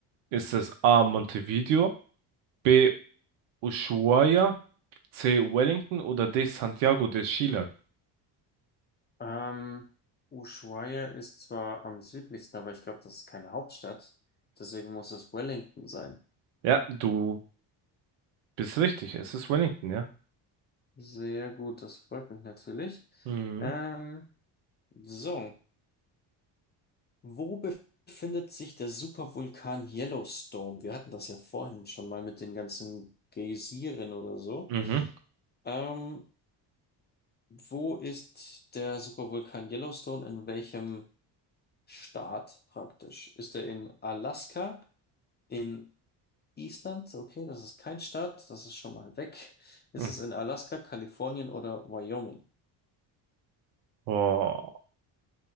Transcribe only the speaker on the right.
Ist es A. Montevideo, B. Ushuaia, C. Wellington oder D. Santiago de Chile?
Ja, du bist richtig. Es ist Wellington, ja.
Mhm.
Mhm.
Mhm.
Boah,